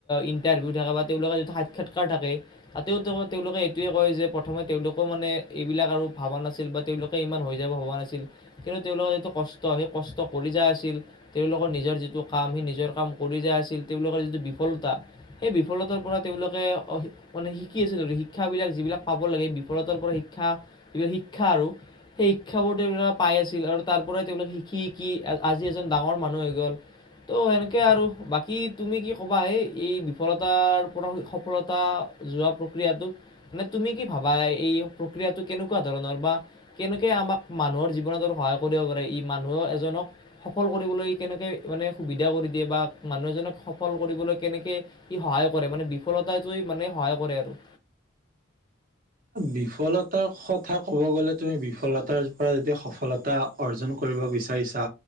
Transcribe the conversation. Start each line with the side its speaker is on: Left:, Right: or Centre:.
Left: ইণ্টাৰভিউ থাকা বা তেওঁলোকৰ যিটো সাক্ষাৎকাৰ থাকে। তাতেও তেওঁলোকে এইটোৱে কয় যে প্ৰথমে তেওঁলোকও মানে এইবিলাক আৰু ভবা নাছিল বা তেওলোকে ইমান হৈ যাব ভবা নাছিল কিন্তু তেওলোকৰ যিটো কষ্ট সেই কষ্ট কৰি যা আছিল। তেওঁলোকৰ নিজৰ যিটো কাম সেই নিজৰ কাম কৰি যাই আছিল। তেওঁলোকৰ যিটো বিফলতা সেই বিফলতাৰ পৰা তেওলোকে মানে শিকি আছে শিক্ষাবিলাক যিবিলাক পাব লাগে বিফলতাৰ পৰা শিক্ষা এইবিলাক শিক্ষা আৰু সেই শিক্ষাবোৰ তেওঁবিলাক পাই আছিল আৰু তাৰ পৰাই তেওঁবিলাক শিকি শিকি আজি এজন ডাঙৰ মানুহ হৈ গ'ল। ত' সেনেকে আৰু বাকী তুমি কি কবা সেই এই বিফলত পৰা সফলতা যোৱা প্ৰক্ৰিয়টোক মানে তুমি কি ভাবা এই প্ৰক্ৰিয়াটো? কেনেকুৱা ধৰণৰ বা কেনেকে আমাক মানুহৰ জীৱনতো সহায় কৰিব পাৰে। ই মানুহৰ এজনক সফল কৰিবলৈ কেনেকে মানে সুবিধা কৰি দিয়ে বা মানুহ এজনক সফল কৰিবলৈ কেনেকে ই সহায় কৰে মানে বিফলতাটো মানে সহায় কৰে আৰু
Right: বিফলতাৰ কথা কব গ'লে তুমি বিফলতাৰ পা যদি সফলতা অৰ্জন কৰি। কৰিব বিচাৰিছা